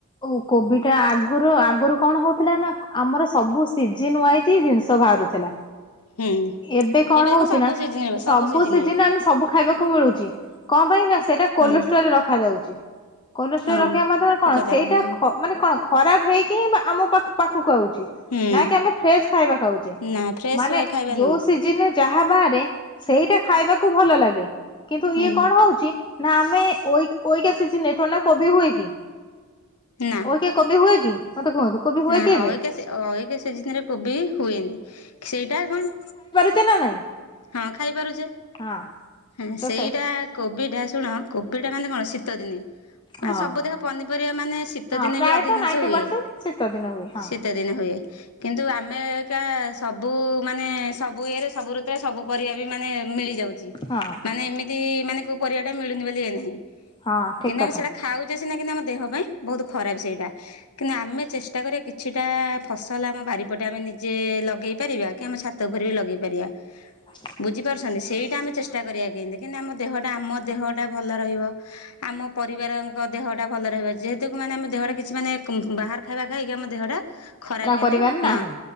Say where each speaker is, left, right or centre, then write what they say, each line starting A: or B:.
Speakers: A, on the left; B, on the left.
A: ଓ କୋବିଟା ଆଗୁରୁ ଆଗୁରୁ କଣ ହୋଉଥିଲା ନାଁ ଆମର ସବୁ ସିଜିନ୍ ୱାଇ ତି ଜିନିଷ ଭାଆରୁଥିଲା
B: ହୁଁ
A: ଏବେ କଣ
B: ଦେଖ
A: ହଉଚି
B: ସବୁ
A: ନା
B: ସିଜିନରେ
A: ସବୁ
B: ସିଜିନରେ
A: ସିଜିନ୍ ରେ ଆମେ ସବୁ ଖାଇବାକୁ ମିଳୁଚି କଁ ପାଇଁ ନାଁ ସେଇଟା କୋଲଷ୍ଟରେ
B: ହଁ
A: ରଖାଯାଉଚି। କୋଲଷ୍ଟରେ
B: ହଁ
A: ରଖିବା ମାଧ୍ୟରେ
B: ଠିକ
A: କଣ
B: କଥା
A: ସେଇଟା
B: କହିଲ ହଁ
A: ଖ ମାନେ କଣ ଖରାପ ହେଇକି ମ ଆମ ପାଖ୍ ପାଖକୁ ଆଉଚି।
B: ହୁଁ
A: ନାଁ କି ଆମେ ଫ୍ରେଶ୍ ଖାଇବା ଖାଉଚେ
B: ନା ଫ୍ରେଶ
A: ମାନେ
B: ଖାଇବା
A: ଯୋଉ
B: ନୁହଁ
A: ସିଜନ୍ ରେ ଯାହା ବାହାରେ ସେଇଟା ଖାଇବାକୁ ଭଲ ଲାଗେ କିନ୍ତୁ
B: ହୁଁ
A: ଇଏ କଣ ହଉଚି ନାଁ ଆମେ ଓଇ ଓଇକା ସିଜିନ୍ ରେ ଥୋଡ଼ିନା କୋବି ହୁଏ କି?
B: ନାଁ।
A: କିଏ କୋବି ହୁଏ କି ମତେ କୁହନ୍ତୁ। କୋବି ହୁଏ
B: ନାଁ
A: କି ଏବେ
B: ଅଇକା ସେ ଅଇକା ସିଜିନିରେ କୋବି ହୁଏନି ସେଇଟା କଣ
A: ତି ନା ନାଇଁ?
B: ହଁ, ଖାଇପାରୁଛେ।
A: ହଁ।
B: ହଁ,
A: ତ
B: ସେଇଟା
A: ସେ
B: କୋବିଟା ଶୁଣ କୋବିଟା ମାନେ କଣ ଶୀତ ଦିନେ ମାନେ
A: ହଁ।
B: ସବୁ ତିକ ପନିପରିବା ମାନେ ଶୀତ
A: ହଁ
B: ଦିନେ
A: ପ୍ରାୟତଃ
B: ବି ଅଧିକାଂଶ
A: ନାଇଣ୍ଟି
B: ହୁଏ,
A: ପରସେଣ୍ଟ ଶୀତ ଦିନ ହୁଏ ହଁ
B: ଶୀତ ଦିନେ ହୁଏ। କିନ୍ତୁ ଆମେ ଏକା ସବୁ ମାନେ ସବୁ ଇଏରେ ସବୁ ଋତୁରେ ସବୁ ପରିବା ବି ମାନେ ମିଳିଯାଉଛି।
A: ହଁ।
B: ମାନେ ଏମିତି ମାନେ କୋଉ ପରିବାଟା ମିଳୁନି ବୋଲି ଇଏ ନାହିଁ,
A: ହଁ ଠିକ
B: କିନ୍ତୁ
A: କଥା।
B: ଆମେ ସେଟା ଖାଉ ଖାଉଛେ ସିନା କିନ୍ତୁ ଆମ ଦେହ ପାଇଁ ବହୁତ ଖରାପ ସେଇଟା। <inaudible> ଆମେ ଚେଷ୍ଟା କରିବା କିଛିଟା ଫସଲ ଆମ ବାରିପଟେ ଆମେ ନିଜେ ଲଗେଇ ପାରିବା, କି ଆମ ଛା ଛାତ ଉପରେ ବି ଲଗେଇ ପାରିବା।
A: ଆ
B: ବୁଝିପାରୁଛନ୍ତି ସେଇଟା ଆମେ ଚେଷ୍ଟା କରିବା କେମିତି, କେମିତି ଆମ ଦେହଟା ଆମ ଦେହଟା ଭଲ ରହିବ। ଆମ ପରିବାରଙ୍କ ଦେହ ଟା ଭଲ ରହିବ, ଯେହେତୁ କି ମାନେ ଆମ ଦେହରେ କିଛି ମାନେ ବାହାର ଖାଇବା ଖାଇକି ଆମ ଦେହଟା ଖରାପ କେମିତି
A: କରିବାର ନାହିଁ
B: ନା